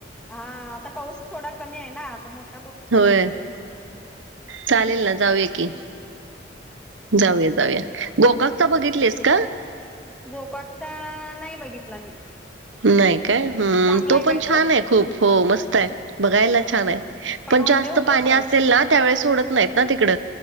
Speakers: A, in the centre; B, on the right.
A: हा आता पाऊस थोडा कमी आहे ना आताठ
B: होय चालेल ना जाऊय की जाऊया जाऊया गोकाकता बघितलेस का
A: गोकाॉकचा नाही बघितला मी
B: नाही काय हम्म
A: चांगला
B: तो
A: आहे
B: पण
A: काय
B: छान आहे खूप हो मस्त आहे बघायला
A: हा
B: छान आहे पण
A: वन
B: जास्त
A: डे होतो
B: पाणी
A: काय
B: असेल ना त्यावेळी सोडत नाहीत ना तिकड